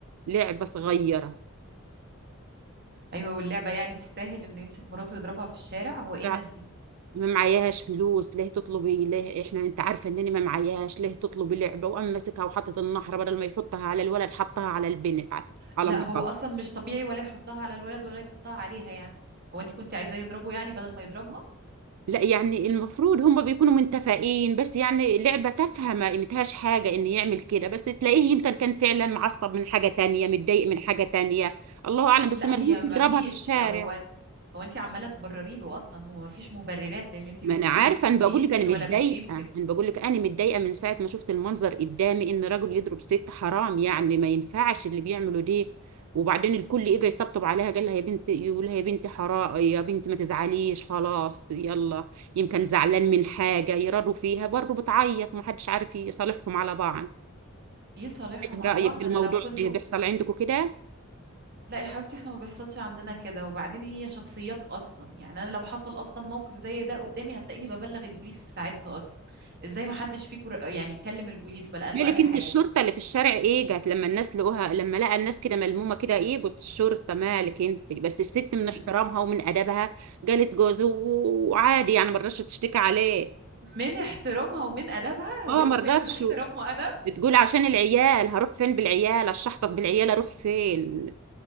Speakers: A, on the right; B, on the right.
A: لعبة صغيرة
B: ايوه واللعبة يعني تستاهل انه يمسك مراته ويضربها في الشارع؟ هو ايه
A: فع-
B: الناس دي؟
A: ما معياش فلوس ليه تطلبي ليه احنا انت عارفه انني ما معياش ليه تطلبي لعبه وقام ماسكها وحطت النحره بدل ما يحطها على الولد حطها على البنت على على
B: لا
A: مراته
B: هو اصلا مش طبيعي ولا يحطها على الولد ولا يحطها عليها يعني هو انت كنت عايزاه يضربه يعني بدل ما يضربها؟
A: لا يعني المفروض هم بيكونوا متفقين بس يعني لعبه تافهه ما قيمتهاش حاجه ان يعمل كده بس تلاقيه يمكن كان فعلا معصب من حاجه تانية متضايق من حاجه تانية الله اعلم بس
B: لا
A: ما
B: هي
A: لهوش
B: ما
A: يضربها
B: فيش
A: في الشارع
B: هو هو انت عماله تبرري له اصلا هو ما فيش مبررات للي انت
A: ما
B: بتقوليه
A: انا عارفه
B: ولا
A: انا بقول
B: يمكن
A: لك انا متضايقه
B: ولا مش يمكن
A: انا بقول لك انا متضايقه من ساعه ما شفت المنظر قدامي ان رجل يضرب ست حرام يعني ما ينفعش اللي بيعمله ده وبعدين الكل اجى يطبطب عليها قال لها يا بنت يقول لها يا بنت حرام يا بنت ما تزعليش خلاص يلا يمكن زعلان من حاجه يرادوا فيها برضه بتعيط ومحدش عارف يصالحهم على بعض
B: يصالحهم
A: ايه
B: على
A: رايك
B: بعض
A: في الموضوع
B: انا لو كنت
A: ده بيحصل عندكم كده
B: لا يا حبيبتي احنا ما بيحصلش عندنا كده وبعدين هي شخصيات اصلا يعني انا لو حصل اصلا موقف زي ده قدامي هتلاقيني ببلغ البوليس في ساعتها اصلا ازاي ما حدش فيكم ر- يعني كلم البوليس ولا قال
A: مالك
B: له اي
A: انت
B: حاجه
A: الشرطة اللي في الشارع ايه جت لما الناس لقوها لما لقى الناس كده ملمومة كده ايه جت الشرطة مالك انت بس الست من
B: ل-
A: احترامها ومن ادبها جالت جوزه و- وعادي يعني ما رضتش تشتكي عليه
B: من احترامها ومن ادبها هو
A: اه
B: انت
A: ما
B: شايفه
A: رضتش
B: ده احترام وادب
A: بتقول عشان العيال هروح فين بالعيال اشحطط بالعيال اروح فين